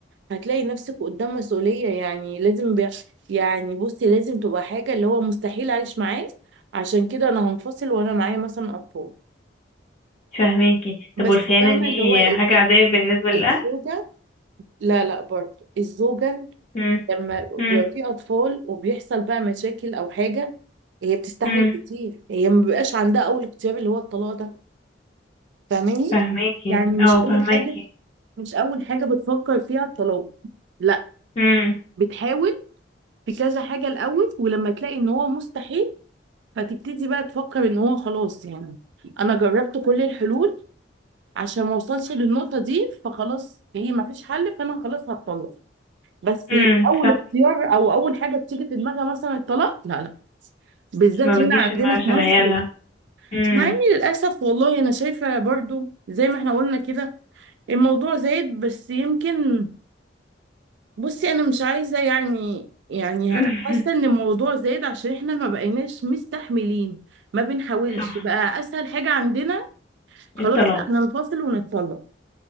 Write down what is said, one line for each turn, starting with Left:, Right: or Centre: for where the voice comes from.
Right: هتلاقي نفسك قدام مسؤولية يعني لازم بي... يعني بصي لازم تبقى حاجة اللي هو مستحيل أعيش معاه عشان كده أنا هنفصل وأنا معايا مثلا أطفال
Left: فهماكي
Right: بس
Left: طب والخيانة
Right: فاهمة
Left: دي
Right: اللي هو ال-
Left: حاجة عادية بالنسبة للأهل؟
Right: ال- الزوجة لا لا برضه الزوجة
Left: مم.
Right: لما بيبقى
Left: مم.
Right: في اطفال وبيحصل بقى مشاكل او حاجه هي بتستحمل
Left: مم.
Right: كتير هي ما بيبقاش عندها اول اختيار اللي هو الطلاق ده فاهماني
Left: فهماكي
Right: يعني مش
Left: اه
Right: اول
Left: فهماكي
Right: حاجه مش اول حاجه بتفكر فيها الطلاق لا
Left: امم
Right: بتحاول في كذا حاجه الاول ولما تلاقي ان هو مستحيل فتبتدي بقى تفكر ان هو خلاص يعني انا جربت كل الحلول عشان ما اوصلش للنقطه دي فخلاص هي ما فيش حل فانا خلاص هتطلق بس
Left: امم
Right: اول اختيار او اول حاجه بتيجي في دماغها مثلا الطلاق لا لا بالذات
Left: ما بتجيش
Right: هنا عندنا
Left: في دماغها
Right: في
Left: عشان
Right: مصر
Left: عيالها
Right: لا
Left: امم
Right: مع اني للاسف والله انا شايفه برضو زي ما احنا قلنا كده الموضوع زايد بس يمكن بصي انا مش عايزه يعني يعني
Left: <laughs>
Right: حاسه ان الموضوع زايد عشان احنا ما بقيناش مستحملين ما بنحاولش
Left: صح
Right: بقى اسهل حاجه عندنا خلاص
Left: الطلاق
Right: لا ننفصل ونتطلق